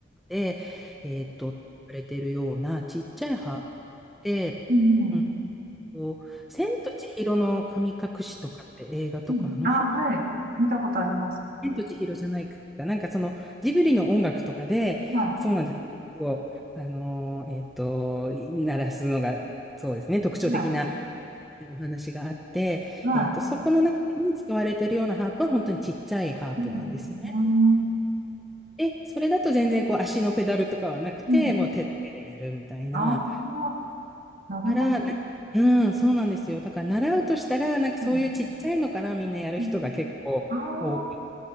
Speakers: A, in the centre; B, on the right.
A: で、えっと、されてるようなちっちゃい葉で、
B: うん。
A: うんと、千と千尋の神隠しとかって映画とか、
B: うん。
A: あの辺、
B: ああ、はい。見たことあります。
A: 千と千尋じゃないか。なんかそのジブリの音楽とかで、
B: は
A: そうなんです。を、あのーえっと、鳴らすのが、そうですね、特徴的な
B: い。はい。
A: お話があって、
B: は
A: えっと、そこの中に使われているようなハープは本当にちっちゃいハープなんですね。
B: い。うん。うん。
A: で、それだと全然こう足のペダルとかはなくて、
B: うん。
A: もう手だけでやるみたいな。
B: ああ、なるほど。
A: から、なうん、そうなんですよ。だから習うとしたら、なんかそういうちっちゃいのからみんなやる人が結構多く
B: うんうんあ